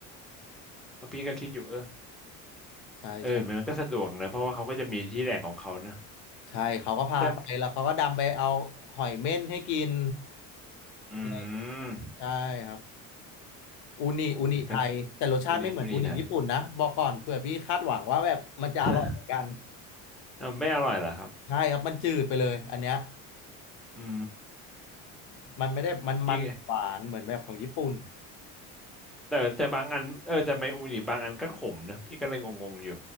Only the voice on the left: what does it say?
ใช่ใช่
ใช่เขาก็พาไปแล้วเขาก็ดำไปเอาหอยเม่นให้กิน
อะไร
ใช่ครับอูนิอูนิไทยแต่รสชาติไม่เหมือนอูนิญี่ปุ่นนะบอกก่อนเผื่อพี่คาดหวังว่าแบบมันจะอร่อยเหมือนกัน
ใช่ครับมันจืดไปเลยอันเนี้ย
มันไม่ได้มันมันหวานเหมือนแบบของญี่ปุ่น